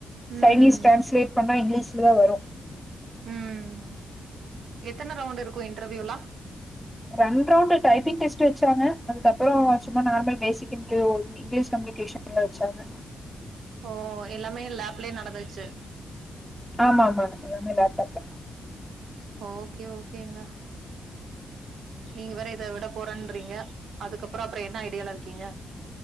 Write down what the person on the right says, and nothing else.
ம்
ம் எத்தன ரவுண்ட் இருக்கு இன்டர்வியூலா
ஓ எல்லாமே லேப்லே நடந்துருச்சு
ஓகே ஓகேங்க நீங்க வேற இத விட போறன்றீங்க அதுக்கப்றோ அப்றம் என்ன ஐடியால இருக்கீங்க